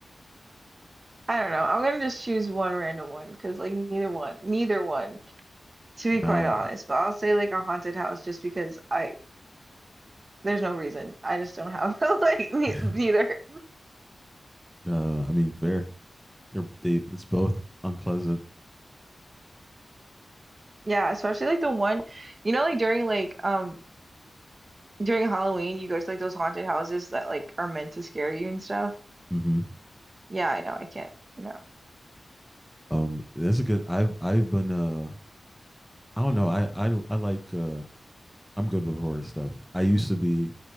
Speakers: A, on the right; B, in the centre.
A: I don't know. I'm gonna just choose one random one because like neither one, neither one, to be quite
B: not.
A: honest. But I'll say like a haunted house just because I there's no reason. I just don't have <laughs> like ne
B: <laughs>
A: neither.
B: Uh, I mean, fair. They're they. It's both unpleasant.
A: Yeah, especially like the one, you know, like during like um during Halloween, you go to like those haunted houses that like are meant to scare you and stuff.
B: hmm
A: Yeah, I know. I can't. No.
B: Um, that's a good. I've I've been uh. I don't know. I I I like. Uh, I'm good with horror stuff. I used to be,